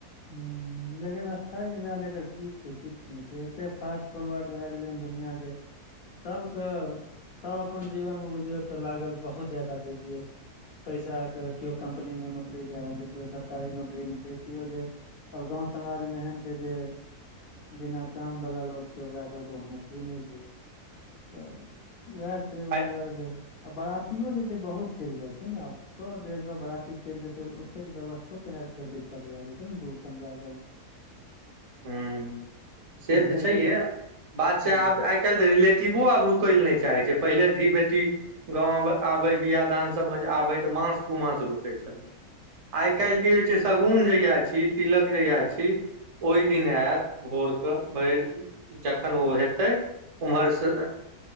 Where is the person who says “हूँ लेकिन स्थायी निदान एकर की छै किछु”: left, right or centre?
Left